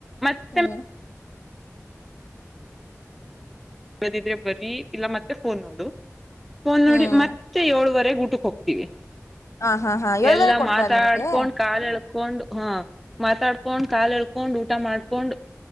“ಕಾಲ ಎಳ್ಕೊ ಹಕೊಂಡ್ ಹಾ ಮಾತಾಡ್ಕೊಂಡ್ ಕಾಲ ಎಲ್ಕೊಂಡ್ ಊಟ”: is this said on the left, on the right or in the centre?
Centre